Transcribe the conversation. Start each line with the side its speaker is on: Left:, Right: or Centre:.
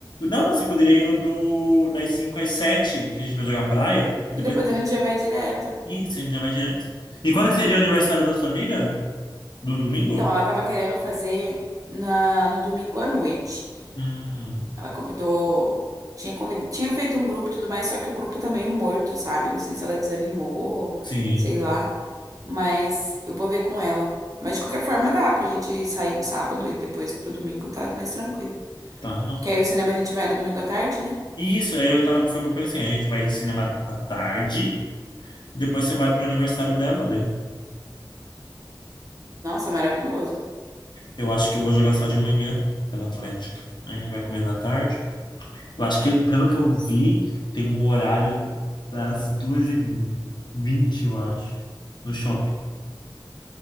Left: Não, você poderia ir no do, das 5 às 7 que a gente vai jogar praia. E depois.
Right: E depois a gente já vai direto.
Left: Isso, a gente já vai direto. E quando que seria o aniversário da sua amiga? Do domingo?
Right: Então, ela tava querendo fazer na, no domingo à noite.
Left: Hum,
Right: Ela convidou. Tinha, convid... tinha feito um grupo e tudo mais, só que o grupo tá meio morto, sabe? Não sei se ela desanimou,
Left: sim,
Right: sei lá. Mas eu vou ver com ela. Mas de qualquer forma dá pra gente sair no sábado e depois pro domingo tá mais tranquilo.
Left: tá, não.
Right: Que aí o cinema a gente vai no domingo à tarde, né?
Left: E Isso, aí eu tava, foi o que eu pensei, a gente vai de cinema à tarde, depois você vai pro aniversário dela, daí.
Right: Nossa, maravilhoso.
Left: Eu acho que eu vou jogar só de manhã pela Atlética. Aí a gente vai comer da tarde. Eu acho que, pelo que eu vi, tem um horário das duas e vinte eu acho, no shopping,